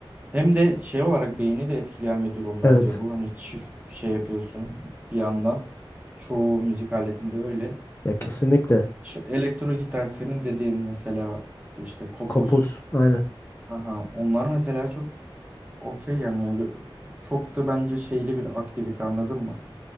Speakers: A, on the right; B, on the left.
A: Hem de şey olarak beyni de etkileyen bir durum bence
B: Evet.
A: bu. Hani çift şey yapıyorsun bir yandan. Çoğu müzik aletinde öyle.
B: Ya kesinlikle.
A: E, İşte elektro gitar senin dediğin mesela işte kopuz.
B: Kopuz. Aynen.
A: Aha, onlar mesela çok okey yani çok da bence şeyli bir aktivite anladın mı?